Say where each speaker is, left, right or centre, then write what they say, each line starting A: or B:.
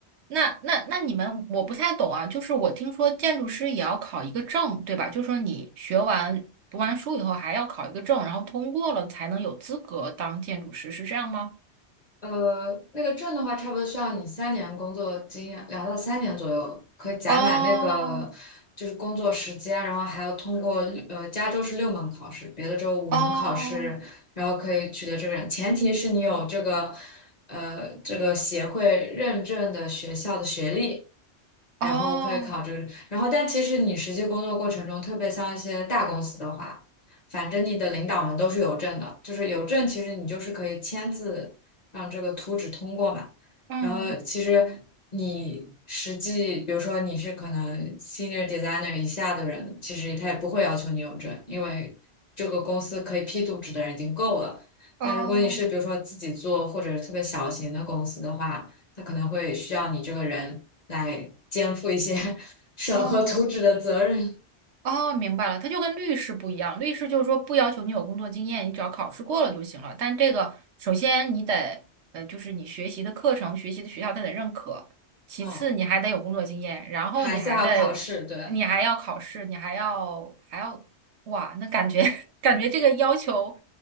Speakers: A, on the right; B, on the left.
A: 那那那你们我不太懂啊，就是我听说建筑师也要考一个证，对吧？就是说你学完读完书以后还要考一个证，然后通过了才能有资格当建筑师，是这样吗？
B: 呃，那个证的话，差不多需要你三年工作经验，两到三年左右，可以攒满那个就是工作时间，
A: 哦
B: 然后还要通过呃，加州是六门考试，别的州五门考试，
A: 哦
B: 然后可以取得这个证。前提是你有这个呃这个协会认证的学校的学历，然后可以考这个。
A: 哦，
B: 然后，但其实你实际工作过程中，特别像一些大公司的话。反正你的领导们都是有证的，就是有证，其实你就是可以签字让这个图纸通过嘛。
A: 嗯
B: 然后其实你实际，比如说你是可能 senior designer 以下的人，其实他也不会要求你有证，因为这个公司可以批图纸的人已经够了。
A: 哦
B: 但如果你是比如说自己做或者特别小型的公司的话，他可能会需要你这个人来肩负一些 <laughs> 审核图纸的责任。
A: 哦哦。哦，明白了，他就跟律师不一样。律师就是说不要求你有工作经验，你只要考试过了就行了。但这个首先你得，呃，就是你学习的课程、学习的学校他得认可，其次你还得有工作经验，
B: 嗯，
A: 然后你还得，
B: 还是要考试，对。
A: 你还要考试，你还要还要，哇，那感觉 <laughs> 感觉这个要求